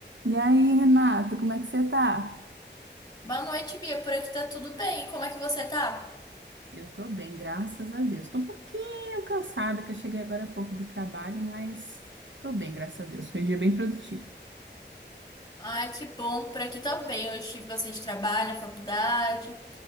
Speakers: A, on the right; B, on the left.
A: E aí, Renata, como é que você tá?
B: Boa noite, Bia. Por aqui tá tudo bem. Como é que você tá?
A: Eu tô bem, graças a Deus. Tô um pouquinho cansada, que eu cheguei agora há pouco do trabalho, mas tô bem, graças a Deus. Foi um dia bem produtivo.
B: Ai, que bom. Por aqui também. Eu tive bastante trabalho na faculdade,